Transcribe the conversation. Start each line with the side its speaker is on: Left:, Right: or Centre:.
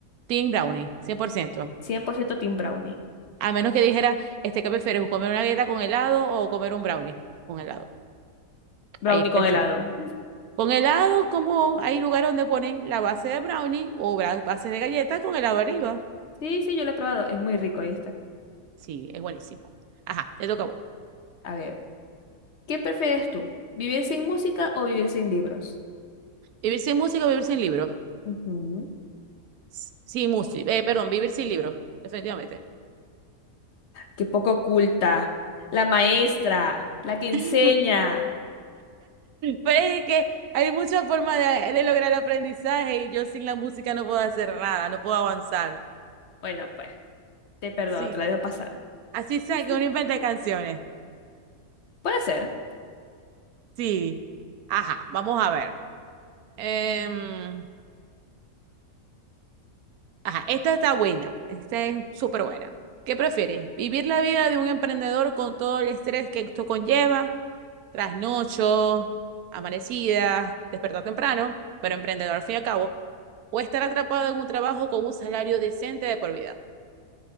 Right: Team brownie, 100%.
Left: 100% team brownie.
Right: A menos que dijera, este, ¿qué prefieres? ¿Comer una galleta con helado o comer un brownie con helado?
Left: Brownie
Right: Ahí es
Left: con
Right: pensar.
Left: helado.
Right: Con helado, como hay lugares donde ponen la base de brownie o bra- base de galleta con helado arriba.
Left: Sí, sí, yo lo he probado. Es muy rico, ahí está.
Right: Sí, es buenísimo. Ajá, te toca a vos.
Left: A ver, ¿qué prefieres tú? ¿Vivir sin música o vivir sin libros?
Right: ¿Vivir sin música o vivir sin libros?
Left: Ujú.
Right: S- Sin música, eh, perdón, vivir sin libros, definitivamente.
Left: Qué poco oculta. La maestra, la que enseña.
Right: <laughs> Pero es que hay muchas formas de, de lograr el aprendizaje y yo sin la música no puedo hacer nada, no puedo avanzar.
Left: Bueno, pues, te perdono,
Right: Sí,
Left: te la dejo pasar.
Right: así sea
Left: <laughs>
Right: que uno invente canciones.
Left: Puede ser.
Right: Sí. Ajá, vamos a ver. Em, ajá, esta está buena. Esta es súper buena. ¿Qué prefieres? ¿Vivir la vida de un emprendedor con todo el estrés que esto conlleva? Trasnocho, amanecida, despertar temprano, pero emprendedor al fin y al cabo. ¿O estar atrapado en un trabajo con un salario decente de por vida?